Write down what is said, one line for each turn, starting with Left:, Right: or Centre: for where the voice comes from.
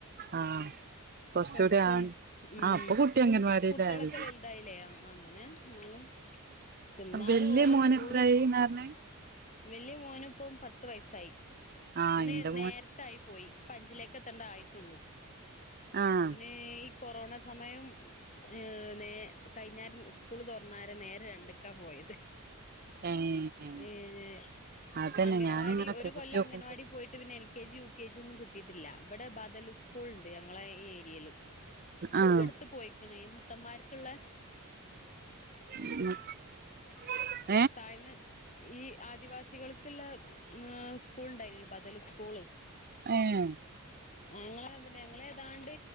Right: ആഹ് കൊറച്ചൂടി
Left: പഠിച്ചേ
Right: ആ
Left: ഉം
Right: ആഹ് ഇപ്പൊ കുട്ടി അംഗൻവാടിയിലായി
Left: കുട്ടിയളൊക്കെ വെലുതായില്ലേ ആഹ് അങ്ങനെ ഇന്നാലും പക്ഷെ എന്നാലും
Right: വല്യ
Left: ഓലെ
Right: മോന്
Left: സ്കൂള്
Right: എത്രായിന്ന പറഞ്ഞെ
Left: വെല്ല്യ മോനിപ്പം പത്ത് വയസ്സായി
Right: ആഹ്
Left: അവന്
Right: എന്റെ മോൻ
Left: നേര് ട്ടായി പോയി ഇപ്പ അഞ്ചിലേക്ക് എത്തേണ്ട ആയിട്ടൊള്ളൂ
Right: ആഹ്
Left: മോനേ ഈ കൊറോണ സമയം ഏഹ് നേ കഴിഞ്ഞാരം സ്കൂള് തൊറന്നാരെ നേരെ രണ്ട്ക്കാ പോയത്
Right: <unintelligible>
Left: ഏഴ്
Right: അതന്നെ
Left: അംഗനവാടി
Right: ഞാനിങ്ങനെ
Left: ഒരു
Right: കൂട്ടി
Left: കൊല്ലം
Right: നോക്കുമ്പോ
Left: അംഗനവാടി പോയിട്ട് പിന്നെ L K G U K G ഒന്നും കിട്ടിയിട്ടില്ലാ ഇബടെ ബദല് സ് സ്കൂൾണ്ട് ഞങ്ങളെ ഈ ഏരിയേല് അതൊക്കെപ്പ
Right: ആഹ്
Left: എടുത്തു പോയിക്ക്ണ് ഈ മുത്തന്മാർക്ക്ള്ളേ
Right: <inaudible>
Left: താഴ്ന്ന് ഈ ആദിവാസികൾക്കുള്ള മാ സ്കൂൾ ഉണ്ടായിരുന്നല്ലോ ബദല് സ്കൂള്
Right: ഏഹ്
Left: ആഹ് ഞങ്ങള് ഇവിടെ ഞങ്ങള് ഏതാണ്ട്